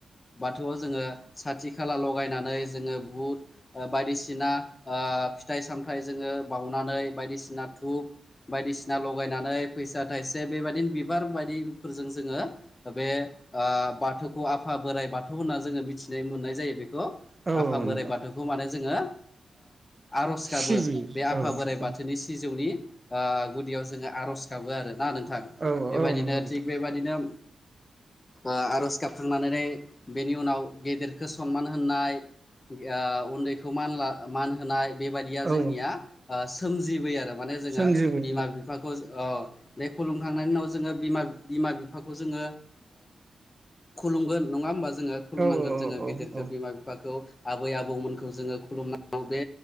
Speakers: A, on the left; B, on the right.
A: बाथौआव जोङो साथि खाला लगायनानै जोङो बुट बायदिसिना ओ फिथाइ सामथाइ जोङो बावनानै बायदिसिना धुप बायदिसिना लगायनानै फैसा थाइसे बेबायदिनो बिबार बायदिफोरजों जोङो बे ओ बाथौखौ आफा बोराइ बाथौ होनना जोङो मिथि दिनै मोननाय जायो बेखौ
B: औ
A: आफा
B: औ
A: बोराइ
B: नोंथां
A: बाथौखौ माने जोङो आरज
B: सिबियो
A: गाबो बे आफा
B: औ
A: बोराइ
B: औ
A: बाथौनि सिजौनि ओ गुदियाव जोङो आरज गाबो आरो ना नोंथां
B: औ
A: बेबायदिनो
B: औ नंगौ नोंथां
A: थिग बेबायदिनो आरज गाबखांनानै बेनि उनाव गेदेरखौ सनमान होनाय आं उन्दैखौन मान होनाय बेबायदिया
B: औ
A: जोंनिया
B: औ
A: सोमजिबो आरो माने जोङो
B: सोमजिबो
A: बिमा बिफाखौ बे खुलुमखांनायनि उनाव जोङो बिमा बिफाखौ जोङो खुलुमगोन नङा होमबा जोङो खुलुमनांगोन
B: औ
A: जोङो
B: औ
A: गिदिरखौ
B: औ
A: बिमा बिफाखौ आबै आबौमोनखौ जोङो खुलुमनानै बे